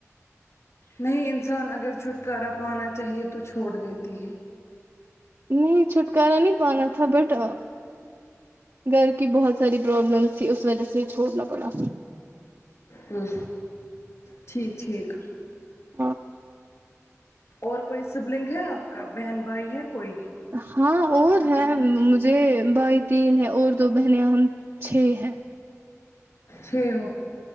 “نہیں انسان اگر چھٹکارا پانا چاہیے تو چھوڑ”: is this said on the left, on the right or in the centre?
Left